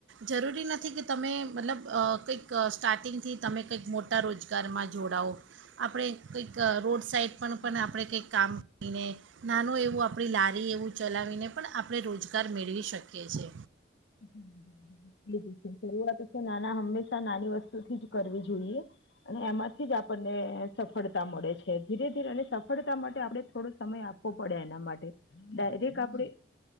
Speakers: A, on the right (about 80°); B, on the left (about 65°).
A: જરૂરી નથી કે તમે મતલબ અહ કંઈક સ્ટાર્ટિંગ થી તમે કંઈક મોટા રોજગારમાં જોડાવો આપડે કંઈક અહ રોડ સાઈડ પન
B: હમ
A: પન આપડે કંઈક કામ ની ને નાનું એવું આપડી લારી એવું ચલાવીને પણ આપડે રોજગાર મેળવી શકીએ છે.
B: હમ્મ, હમ્મ, હમ્મ. <inaudible> નાના હંમેશા નાની વસ્તુથી જ કરવી જોઈએ. અને એમાંથી જ આપણને સફળતા મળે છે ધીરે ધીરે સ સડતા માટે આપડે થોડો સમય આપવો પડે એના માટે ડાયરેક આપડે